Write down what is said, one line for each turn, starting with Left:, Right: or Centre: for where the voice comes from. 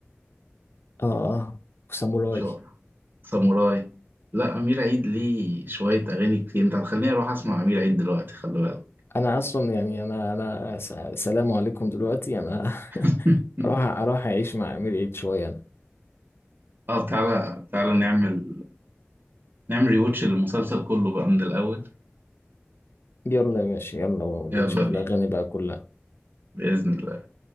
Left: اه اه وساموراي
Right: شقرة ساموراي لا أمير عيد ليه شوية أغاني كتير أنت هتخليني أروح أسمع أمير عيد دلوقتي خلي بالك
Left: انا اصلا يعني انا انا س- سلام عليكم دلوقتي انا
Right: <laughs>
Left: <laughs> اروح اروح اعيش مع امير عيد شويه انا
Right: اه تعالى تعالى نعمل نعمل ريوتش للمسلسل كله بقى من الأول
Left: يلا يا باشا يلا ونشوف
Right: يلا بينا
Left: الاغاني بقى كلها
Right: بإذن الله